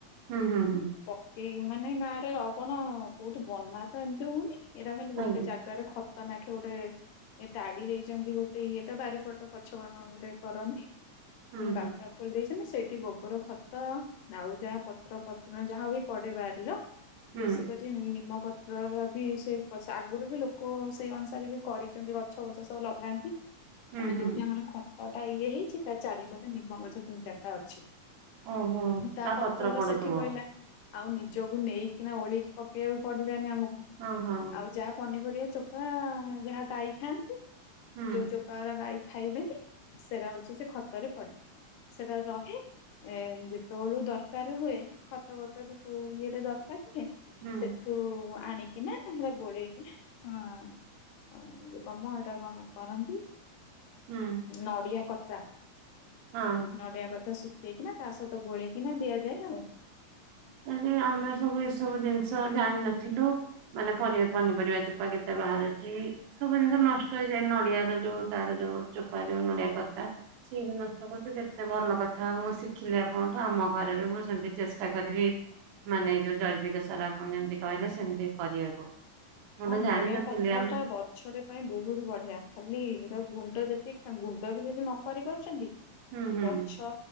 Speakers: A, on the right; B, on the left.
A: ହୁଁ ହୁଁ ହୁଁ
B: ପକେଇ ମାନେ ଗାଁରେ ଆଉ କଣ କୋଉଠି ବନା ତ ଏମିତି ହଉନି। ଏଇଟା କଲେ ଗୋଟେ
A: ଆଜ୍ଞା
B: ଜାଗାରେ ଖ ତ ନାଖେ ଗୋଟେ ତାଡି ଦେଇଛନ୍ତି ଗୋଟେ ଇଏଟା ବାରିପଟ ପଛଗଣରେ କରନ୍ତି।
A: ହୁଁ
B: ଗତ
A: ହୁଁ
B: ଖୋଲି ଦେଇଛନ୍ତି ନା ସେଇଠି ଗୋବର ଖତ ତ ଆଉ ଯାହା ପତ୍ର ପତ୍ର ଯାହା ବି ପଡ଼ିପାରିବ
A: ହୁଁ
B: ବେଶୀ କରି ନିମପତ୍ର ବି ସେ ଆଗରୁ ବି ଲୋକ ସେଇ ଅନୁସାରେ ବି କରିଛନ୍ତି। ଛ ବଛ ସବୁ ଲଗାନ୍ତି।
A: ହୁଁ
B: ମାନେ
A: ହୁଁ
B: ଯୋଉଠି ଆମର ଖତ ଟା ଇଏ ହେଇଛି ତା ଚାରିପଟେ ନିମ୍ବ ଗଛ ତିନି ଚାରିଟା ଅଛି।
A: ଓହୋ
B: ତା ପତ୍ରର
A: ପତ୍ର ପଡୁଥିବ
B: ସେଠି ପଇଲା ଆଉ ନିଜକୁ ନେଇକିନା ଓଳେଇକି ପକେଇବାକୁ ପଡିଲାନି ଆମକୁ।
A: ହଁ ହଁ
B: ଆଉ ଯାହା ପନିପରିବା ଚୋ ପା ଯାହା ଗାଈ ଖାଆନ୍ତି
A: ହୁଁ
B: ଯୋଉ ଚୋ ପା ରା ଗାଈ ଖାଇବେନି ସେଟା ହଉଛି ସେ ଖତରେ ପଡି। ସେଟା ରହେ ଏ ଯେତେବେଳୁ ଦରକାର ହୁଏ ଖତ ଭତ କି କୋଉ ଇଏରେ ଦରକାର ହୁଏ
A: ହୁଁ
B: ସେ ଠୁ ଆଣିକିନା ଆମର ଗୋଳେଇକିନା ହଁ ଆଉ ଏ ଯୋଉ କଣ ମ ହେଟା କଣ କରନ୍ତି
A: ହୁଁ
B: ନଡ଼ିଆ କତା
A: ହଁ
B: ନଡ଼ିଆ କତା ଶୁଖେଇକିନା ତା ସହିତ ଗୋଳେଇକିନା ଦିଆଯାଏ ଆଉ।
A: ହେଲେ ଆମେ ସବୁ ଏସବୁ ଜିନିଷ ଜାଣିିନଥିଲୁ ମାନେ ପରିବା ପନିପରିବା ଚୋ ଚୋପା କେତେ ବାହାରୁଛି। ସବୁ ଜିନିଷ ନଷ୍ଟ ହେଇଯାଏ ନଡିଆର ଯୋଉ ତାର ଯୋଉ ଚୋପା ଯୋଉ ନଡିଆ କତା। ସିଏ ବି ନଷ୍ଟ କରୁଛି କେତେ ଭଲ କଥା ମୁଁ ଶିଖିଲି ଆପଣଙ୍କଠୁ ଆମ ଘରେ ବି ମୁଁ ସେମିତି ଚେଷ୍ଟା କରିବି। ମାନେ ଏଇ ଯୋଉ ଜୈବିକ ସାର ଆପଣ ଯେମିତି କହିଲେ ସେମିତି କରିବାକୁ। ମୁଁ
B: ହଁ
A: ତ
B: ନଡିଆ
A: ଜାଣିନଥିଲି
B: କତାଟା
A: ଆମ
B: ବର୍ ଗଛର ପାଇଁ ବହୁତ ବଢିଆ ଖାଲି ତା ଗୁଣ୍ଡ ଯେତିକି ଗୁଣ୍ଡ ବି ଯଦି ନ କରି ପାରୁଛନ୍ତି
A: ହୁଁ ହୁଁ
B: ଗଛ